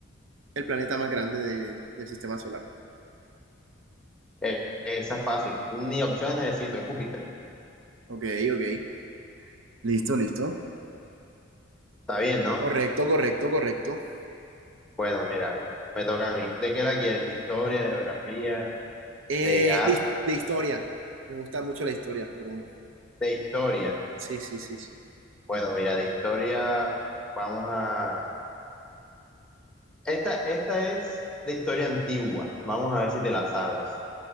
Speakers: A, on the right (about 70°); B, in the centre.
A: el planeta más grande de- del sistema solar.
B: Eh, esa es fácil. Ni opciones necesito, es Júpiter.
A: Ok, ok. Listo, listo.
B: Está bien, ¿no?
A: Correcto, correcto, correcto.
B: Bueno, mira, me toca a mí. ¿De qué la quieres? ¿De historia, de geografía,
A: Eh,
B: de arte,
A: de, de historia. Me gusta mucho la historia, pero
B: de historia?
A: sí, sí, sí, sí.
B: Bueno, mira, de historia vamos a... Esta, esta es de historia antigua. Vamos a ver si te la sabes.